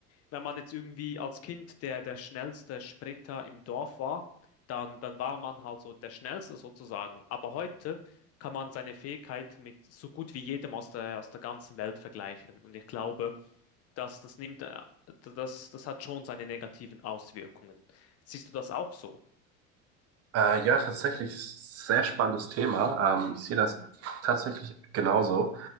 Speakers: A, on the left; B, on the right.
A: wenn man jetzt irgendwie als Kind der, der schnellste Sprinter im Dorf war, dann, dann war man halt so der Schnellste sozusagen. Aber heute kann man seine Fähigkeit mit so gut wie jedem aus der, aus der ganzen Welt vergleichen. Und ich glaube, das, das nimmt, äh, das, das hat schon seine negativen Auswirkungen. Siehst du das auch so?
B: Äh, ja, tatsächlich ist ein sehr spannendes Thema. Ähm, ich sehe das tatsächlich genauso.